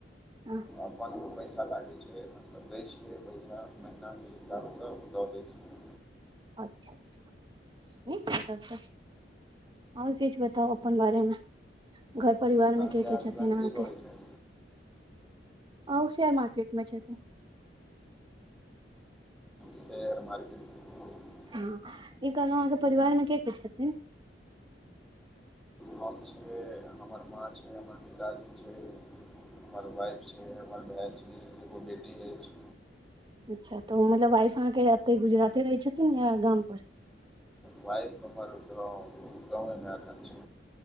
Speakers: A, on the right; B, in the centre.
A: हँ,
B: अब पांच गो पैसा लागै छै, मतलब दै छियै पैसा, महिना के हिसाब सँ ओ दऽ दै छै।
A: अच्छा-अच्छा नीक छै तब तऽ। और किछ बताउ अपन बारे में? घर परिवार
B: अहाँके
A: में के-के
B: हसबैंड
A: छथिन अहाँके?
B: की करै छै
A: अहुँ शेयर मार्केट में छथी
B: शेयर मार्केट में <inaudible>
A: हं ई कहलहुँ अहाँके परिवार में के-के छथिन?
B: हम छियै, हमर माँ छै, हमर पिताजी छै हमर वाइफ छै, हमर भै छै, एगो बेटी अइछ।
A: अच्छा तऽ ओ मतलब वाइफ अहाँके अतेय गुजराते रहै छथिन या गाम पर?
B: वाइफ हमर गाँव गाँव, में अखन छै।